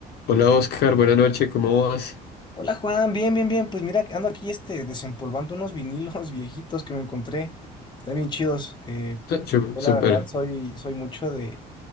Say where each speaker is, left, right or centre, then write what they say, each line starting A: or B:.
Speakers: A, on the left (about 70°); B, on the left (about 25°).
A: Hola Oscar, buenas noches, ¿cómo vas?
B: Hola Juan, bien, bien, bien. Pues mira, ando aquí este desempolvando unos vinilos <laughs> viejitos que me encontré. Están bien chidos. Eh,
A: <laughs> Chu-
B: yo
A: Súper.
B: la verdad soy, soy mucho de,